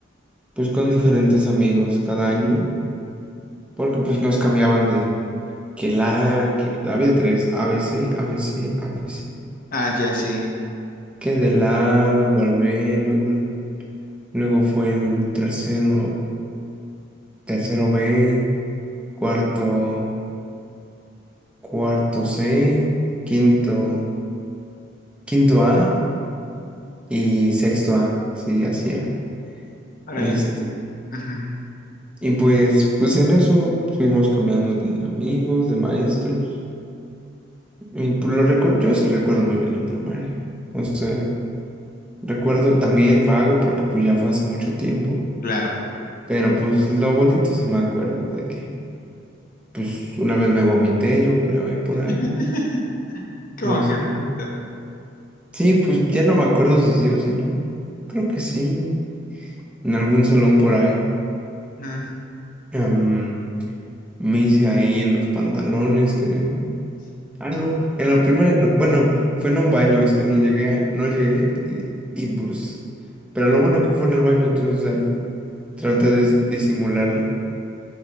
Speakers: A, in the centre; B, on the left.
A: pues con diferentes amigos cada año, porque pues nos cambiaban de que la, que había tres, A A B B C A B C A B C
B: Ah, ya, sí.
A: que de la, luego al B, luego al, luego fue el tercero, tercero B, cuarto, cuarto C, quinto, quinto A y sexto A, sí, así era.
B: Órale.
A: Este,
B: Ujú,
A: y pues, pues en eso fuimos cambiando de amigos, de maestros. Y por lo recuerdo, yo sí recuerdo muy bien la primaria. O sea, recuerdo también vago porque pues ya fue hace mucho tiempo.
B: Claro.
A: Pero pues lo bonito sí me acuerdo de que pues una vez me vomité, yo creo, ahí por ahí.
B: <laughs> ¿Cómo
A: No sé.
B: que? bonito?
A: Sí, pues ya no me acuerdo si sí o si no. Creo que sí. En algún salón por ahí.
B: Ujú.
A: Em, me hice ahí en los pantalones, creo. Ah, no, en la primera, no- bueno, fue en un baño, es que no llegué, a- no llegué y, y, pues, pero lo bueno que fue en el baño, entonces ahí traté de dis- disimularla.